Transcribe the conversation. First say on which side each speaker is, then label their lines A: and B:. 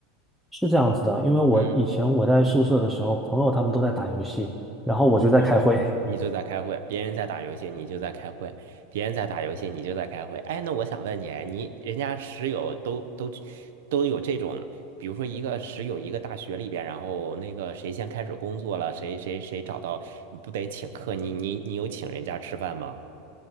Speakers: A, in the centre; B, on the right (about 80°).
A: 是这样子的。因为我以前我在宿舍的时候，
B: 嗯
A: 朋友他们都在打游戏，然后我就在开会。
B: 嗯，
A: <laughs>
B: 你就在开会，别人在打游戏，你就在开会；别人在打游戏，你就在开会。哎，那我想问你，哎你人家室友都都都有这种，比如说一个室友一个大学里边，然后那个谁先开始工作了，谁谁谁找到，你不得请客？你你你有请人家吃饭吗？